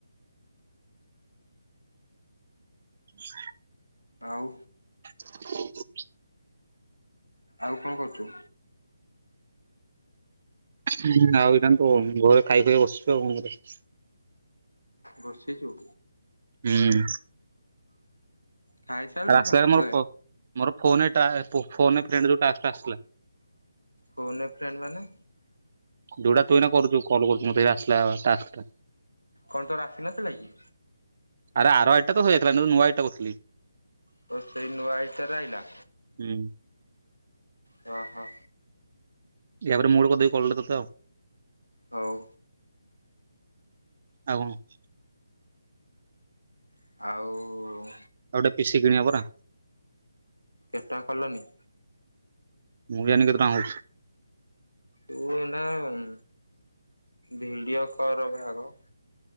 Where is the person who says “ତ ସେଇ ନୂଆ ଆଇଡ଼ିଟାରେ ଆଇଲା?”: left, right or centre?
Left